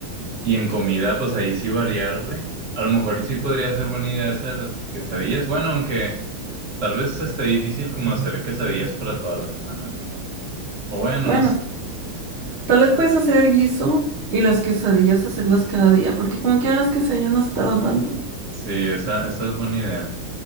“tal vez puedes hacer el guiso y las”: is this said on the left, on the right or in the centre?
Right